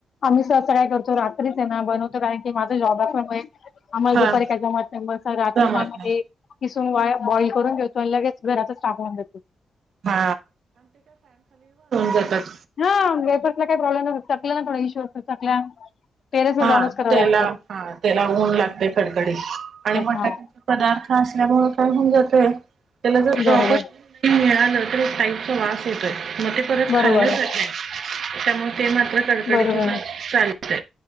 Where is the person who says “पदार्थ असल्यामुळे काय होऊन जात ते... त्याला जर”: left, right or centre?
Right